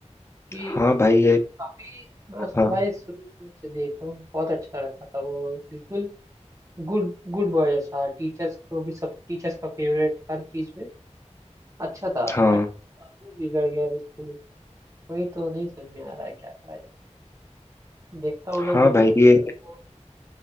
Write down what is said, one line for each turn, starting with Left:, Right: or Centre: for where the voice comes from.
Right: कि
Left: हाँ भाई ये
Right: काफी मैं उसको
Left: हाँ
Right: भाई शुरू शुरू से देख रहा हूँ बहुत अच्छा लगता था वो बिल्कुल गुड गुड बॉय जैसा टीचर्स को भी सब टीचर्स का फेवरेट हर चीज में अच्छा था
Left: हाँ
Right: बट अब वो बिगड़ गया बिल्कुल वही तो नहीं समझ में आ रहा है क्या करा जाए देखता हूँ
Left: हाँ
Right: ना जब
Left: भाई
Right: अच्छे
Left: ये
Right: लोगों को